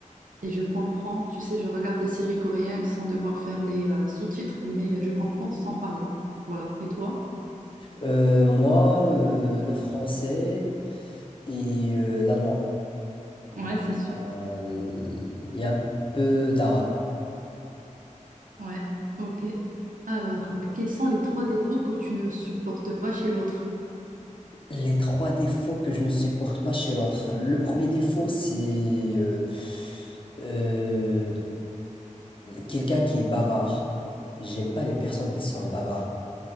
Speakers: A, on the right (about 85°); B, on the left (about 40°).
A: Et je comprends, tu sais, je regarde des séries coréennes sans devoir faire les euh, sous-titres, mais je comprends sans parler. Voilà. Et toi?
B: Euh, moi, euh, le français et euh, l'allemand.
A: Ouais,
B: Bah,
A: c'est sûr.
B: euh, il y a un peu d'arabe.
A: Ouais, ok. Alors, quels sont les trois défauts que tu ne supportes pas chez l'autre?
B: Les trois défauts que je ne supporte pas chez l'autre. Le premier défaut, c'est euh, euh, quelqu'un qui est bavard. J'aime pas les personnes qui sont bavardes.